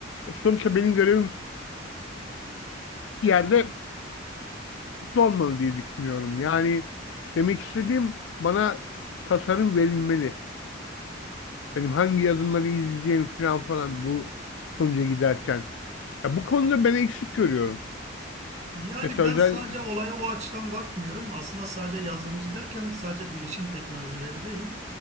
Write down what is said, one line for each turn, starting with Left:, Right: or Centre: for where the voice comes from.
Left: Sonuçta benim görevim bir yerde kutlu olmalı diye düşünüyorum. Yani demek istediğim bana tasarım verilmeli. Benim hangi yazımları izleyeceğim falan falan bu sonuca giderken. Ya bu konuda ben eksik görüyorum.
Right: Yani
Left: Mesela
Right: ben
Left: özel
Right: sadece olaya o açıdan bakmıyorum. Aslında sadece yazılımcı derken sadece bilişim teknolojileri değil.